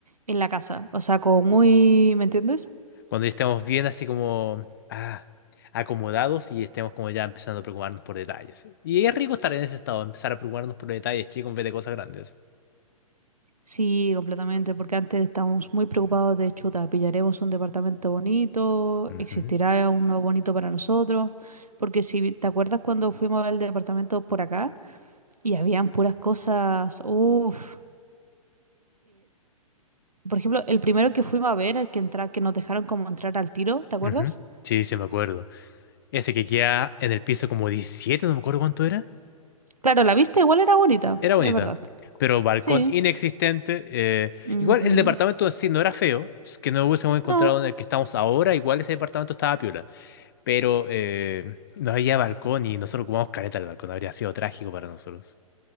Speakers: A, on the right; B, on the left.
A: en la casa, o sea, como muy, ¿me entiendes?
B: Cuando ya estemos bien así como, ah, acomodados y estemos como ya empezando a preocuparnos por detalles, ¿sí? Y es rico estar en ese estado, empezar a preocuparnos por detalles, chicos, en vez de cosas grandes.
A: Sí, completamente, porque antes estábamos muy preocupados de chuta, pillaremos un departamento bonito,
B: Ujú,
A: existirá uno bonito para nosotros, porque si te acuerdas cuando fuimos al departamento por acá y habían puras cosas, uff, por ejemplo, el primero que fuimos a ver, el que entra, que nos dejaron como entrar al tiro, ¿te acuerdas?
B: ujú. Sí, sí, me acuerdo. Ese que queda en el piso como 17 no me acuerdo cuánto era.
A: Claro, la vista igual era bonita,
B: Era bonita,
A: es verdad.
B: pero balcón
A: Sí.
B: inexistente. eh,
A: Ujú.
B: igual el departamento en sí no era feo, es que no hubiésemos encontrado
A: No.
B: en el que estamos ahora, igual ese departamento estaba piola, pero eh, no había balcón y nosotros ocupamos careta el balcón, habría sido trágico para nosotros.